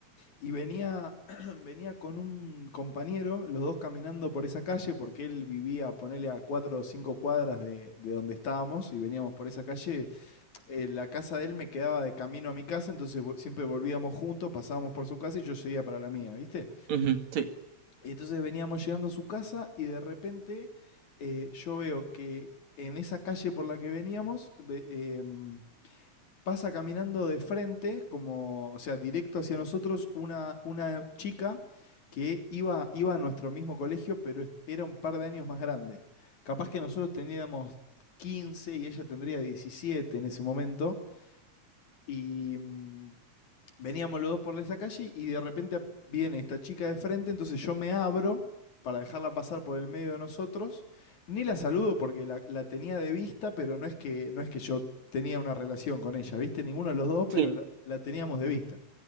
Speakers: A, on the left; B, on the right.
A: y venía, <clears throat> venía con un compañero, los dos caminando por esa calle, porque él vivía, ponele a 4 o 5 cuadras de, de donde estábamos, y veníamos por esa calle. Eh, la casa de él me quedaba de camino a mi casa, entonces vo- siempre volvíamos juntos, pasábamos por su casa y yo seguía para la mía, ¿viste?
B: Ujú, sí.
A: Y entonces veníamos llegando a su casa y de repente eh, yo veo que en esa calle por la que veníamos ve- em, pasa caminando de frente, como, o sea, directo hacia nosotros, una, una chica que iba, iba a nuestro mismo colegio, pero es- era un par de años más grande. Capaz que nosotros teníamos 15 y ella tendría 17 en ese momento. Y mm, veníamos los dos por esa calle y de repente viene esta chica de frente, entonces yo me abro para dejarla pasar por el medio de nosotros. Ni la saludo porque la, la tenía de vista, pero no es que, no es que yo tenía una relación con ella, ¿viste? Ninguno de los dos, pero
B: Sí.
A: la, la teníamos de vista.